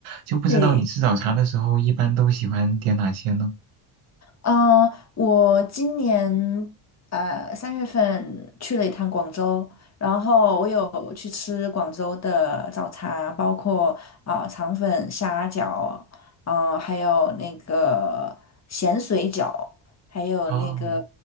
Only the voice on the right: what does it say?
就不知道你吃早茶的时候一般都喜欢点哪些呢？
哦，